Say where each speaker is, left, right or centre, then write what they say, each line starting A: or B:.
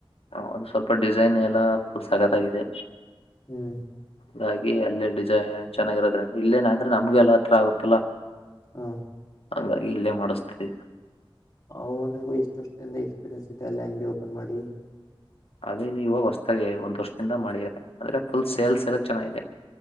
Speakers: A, on the left (about 80°); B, on the left (about 35°).
A: ಹ ಅದು ಸ್ವಲ್ಪ ಡಿಸೈನ್ ಎಲ್ಲಾ ಫುಲ್ ಸಕತ್ಾಗಿದೆ
B: ಹ್ಮ್
A: ಹಾಗಾಗಿ ಅಲ್ಲೇ ಡಿಸೈನ್ ಚೆನ್ನಾಗಿರೋದ್ರ ಇಲ್ಲೇನ ಅಂದ್ರೆ ನಮ್ಗೆ ಎಲ್ಲ ಹತ್ರ ಆಗುತ್ತಲ್ಲ
B: ಹಾ
A: ಹಂಗಾಗಿ ಇಲ್ಲೇ ಮಾಡಿಸ್ತದೆ
B: ಅವನಿಗೂ ಇಷ್ಟ ಅಷ್ಟ ದಿಂದ ಎಕ್ಸ್ಪೀರಿಯನ್ಸ್ ಇದೆಲ್ಯಾಂಗ್ವೇಜ್ ಓಪನ್ ಮಾಡಿ
A: ಅದೇ ನೀ ಇವಾಗ ಹೊಸತಾಗೆ ಒಂದ್ ವರ್ಷದಿಂದ ಮಾಡಿದಾರೆ ಆದ್ರೆ ಫುಲ್
B: ಹಾಂ
A: ಸೇಲ್ಸ್ ಎಲ್ಲ ಚೆನ್ನಾಗಿದೆ